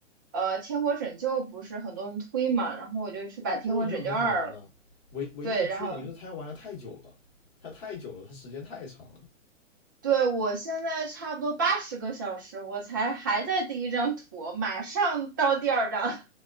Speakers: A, on the right (about 15°); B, on the left (about 25°).
A: 呃天国拯救不是很多人推嘛，然后我就去把天国拯救二，
B: 天国拯救很好玩的，唯唯一的缺点就是它要玩的太久了，
A: 对，然后
B: 它太久了，它时间太长了。
A: 对我现在差不多八十个小时，我才还在第一张图，马上到第二张，